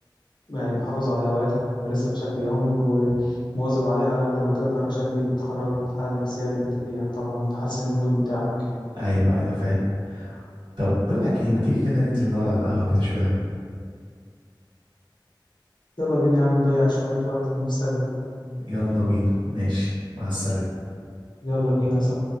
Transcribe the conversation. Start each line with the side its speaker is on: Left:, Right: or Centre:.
Left: يعني محافظ على هواياتك بتمارسها بشكل يومي ومواظب عليها على قد ما تقدر عشان دي بتخرجك من الحالة النفسية اللي انت فيها طبعا وتحسن المود بتاعك
Right: ايوه ايوه فاهم طب بقول لك ايه ما تيجي كده ننزل نقعد على القهوة كده شوية
Left: يلا بينا يا عم نضيع شوية وقت ونتسلى
Right: يلا بينا ماشي مع السلامة
Left: يلا بينا صح